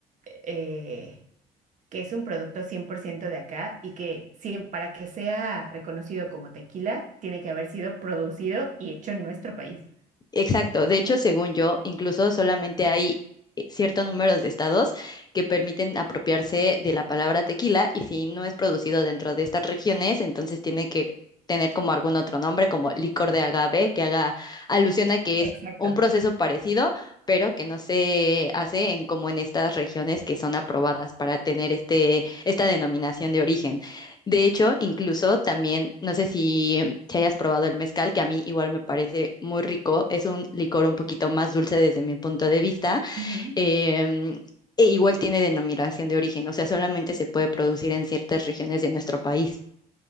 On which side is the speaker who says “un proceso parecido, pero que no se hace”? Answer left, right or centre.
Left